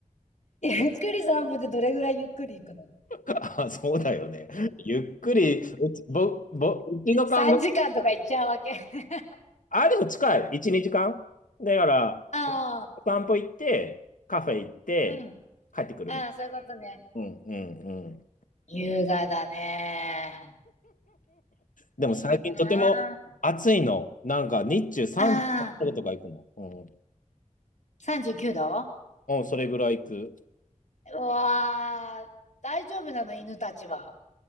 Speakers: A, on the left; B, on the left.
A: ゆっくり散歩ってどれぐらいゆっくり行くの
B: あ、そうだよね。ゆっくり、うち、ぼ、ぼ、うちの感覚、
A: ?3 時間とか行っちゃうわけ。<laughs>
B: あ、でも近い。1、2時間。だから、
A: ああ、
B: お散歩行って、カフェ行って、
A: うん。
B: 帰ってくるみたい
A: ああ、そういうことね。
B: な。うんうんうん。
A: 優雅だね。
B: でも最近とても暑いの。
A: いいなあ。
B: なんか日中38度とか行くの。
A: ああ、
B: うん。
A: 39度
B: うん、それぐらい行く。
A: うわー、大丈夫なの、犬たちは。